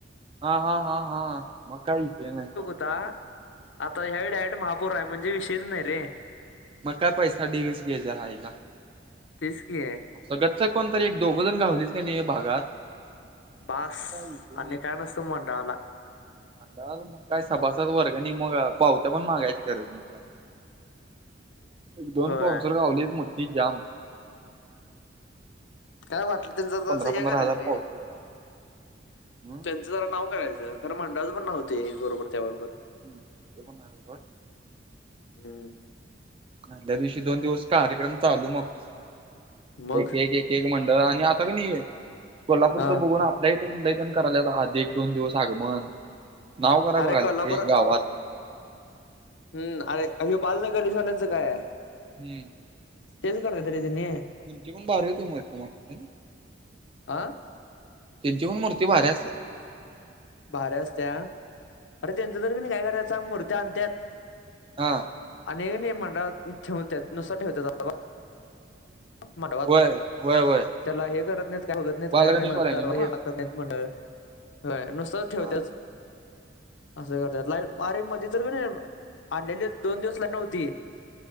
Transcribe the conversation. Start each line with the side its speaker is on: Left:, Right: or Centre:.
Right: हा हा हा हा म काई ईषय नाई तो.
Left: का आता ह्यायेळी डायरेट महापौराय म्हणजे विषयच नाई रे.
Right: मग काय पैसा ढीगच घेजा हाईला.
Left: तेच कि.
Right: सगतच कोणतरी एक दोघं जन घावलीच का नी ह्या भागात.
Left: बास
Right: मग काय विषय
Left: आणि काय नसतं मंडळाला.
Right: मंडळाला मग काय सभासद वर्गनी मग पावत्या पण मागायची गरज नाई <unintelligible>
Left: <inaudible>
Right: एक दोन
Left: होय
Right: बाऊनसर गावलेत मोठी जाम.
Left: काय वाटलं त्यांन जर्दा
Right: पंधरा
Left: असं
Right: पंधरा
Left: हे करायचं
Right: हजार
Left: रे.
Right: पावत्या झाल्या हम्म
Left: त्यांचं जरा नाव करायचं खर मंडळाच पण नावं होतंय बरोबर त्याबरोबर.
Right: हम् ते पण <unintelligible>
Left: हम्म.
Right: आदल्या दिवशी दोन दिवस कार्यक्रम चालू मग
Left: मग
Right: एक एक् एक मंडळ आणि आता क नी हे कोल्हापूरच
Left: हा
Right: बघून आप लय जण लय जणं करायल्यात आद एक दोन दिवस आगमन. नाव कराय
Left: अरे
Right: बघायल्यात
Left: कोल्हापूरात
Right: रे गावात
Left: हम्म अरे हे बालनं गणेशवाल्यांचं काया.
Right: हम्म.
Left: तेच कराते रे तेंनी.
Right: ऊंची पण भारी होती मस्त मग हायनी.
Left: आं.
Right: त्यांची पण मूर्ती भारी असत्या.
Left: भारी असत्या, अरे त्यांचं तर की नी काय करायचा मुर्त्या आणत्यात.
Right: हा.
Left: आणिय का नी मंडळात ठेवत्यात नुसत ठेवत्यात. मंडपात
Right: व्हय व्हय व्हय
Left: त्याला हे करत नाईत काय बघत नाईत
Right: बालगणेशवाल्यांची
Left: काय नाई
Right: नव्ह
Left: <unintelligible> मंडळ व्हय नुसतंच
Right: हा
Left: ठेवतेच असं करत्यात लाईव् मरे मध्ये तर क नी आणलेलेत दोन दिवस लाईट नव्हती.